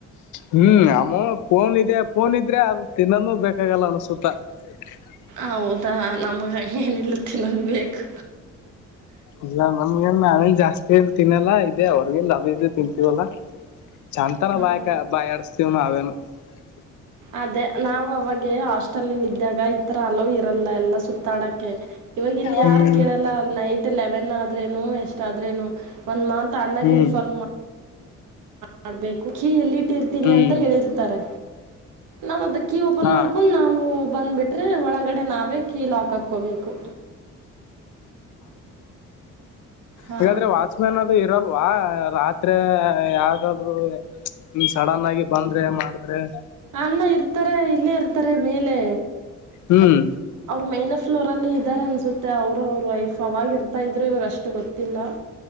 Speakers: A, on the left; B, on the right.
A: ಹ್ಮ್ ಅಮ್ಮ ಫೋನ್ ಇದೆ ಫೋನ್ ಇದ್ರೆ ಅದು ತಿನ್ನಾನ ಬೇಕಾಗಲ್ಲ ಅನ್ಸುತ್ತಾ ಹೌ
B: ಹೌದಾ ನಮಗ ಏನಿಲ್ಲ ತಿನ್ನೋದು ಬೇಕು
A: ಇಲ್ಲ ನಮ್ಗೆ ನಾವೇನ್ ಜಾಸ್ತಿ ಎ ತಿನ್ನ ಲ್ಲಾ ಇದೆ ಅವ್ರಗಿ ಅ ಇದು ತಿಂತೀವಲ್ಲಾ ಚಂತನ
B: ಹಾ
A: ಬಾಯಕ ಬಾಯ ಆಡಸ್ತೀವ್ ನಾವೆಲ್ಲ ಹ
B: ಅದೇ ನಾವು ಅವಾಗ ಅಷ್ಟ ನಿದ್ದಾಗ ಈ ತರ ಹಲೋ ಇರಲ್ಲ ಎಲ್ಲ ಸುತ್ತಾಡಕ್ಕೆ ಇವಾಗ ಇಲ್ಲಿ
A: ಹ್ಮ್
B: ಯಾರು ಕೇಳಲ್ಲ ನೈಟ್ಲ್ಲಿ ಸೆವೆನ್ ಆದ್ರೇನು ಎಷ್ಟ ಆದ್ರೇನು ಒಂದ್ ಮಂತ್ ಅಣ್ಣಾಗ
A: ಹ್ಮ್
B: ಇನ್ಫಾರ್ಮ್ ಮಾಡ ಮಾಡ್ಬೇಕು ಲ್ಲಿ ಇಟ್ಟ ಇರ್ತೀನಿ
A: ಹ್ಮ್
B: ಅಂತ ಹೇಳಿರ್ತಾರೆ ನಾವ್ ಅದ ಕೀ ಓಪನ್
A: ಹಾ
B: ಮಾಡ್ಕೊಂಡ್ ನಾವು ಬಂದ್ಬಟ್ಟ ಆದರೆ ಒಳಗಡೆ ನಾವೇ ಕೀ ಲಾಕ್ ಹಾಕ್ಕೋಬೇಕು ಹಾ
A: ಹ್ರೆ ವ ಇಲ್ವಾ ರಾತ್ರಿ ಯಾರಾದ್ರರು ಹ್ಮ ಸಡನ್ ಆಗಿ ಬಂದ್ರೆ ಮಾಡಿದ್ರೆ
B: ಅ್ಣ ಇರ್ತಾರೆ ಇಲ್ಲೇ ಇರ್ತಾರೆ ಮೇಲೆ
A: ಹ್ಮ್
B: ಅವರು ಮೇನ್ ಫ್ಲೋರ್ ಅಲ್ಲಿ ಇದ ಇದಾರೆ ಅನ್ಸುತ್ತೆ ಅವ್ರು ಅವ್ರ ವೈಫ್ ಅವಾಗ ಇರ್ತಾ ಇದ್ರು ಇವಾಗ ಅಷ್ಟು ಗೊತ್ತಿಲ್ಲ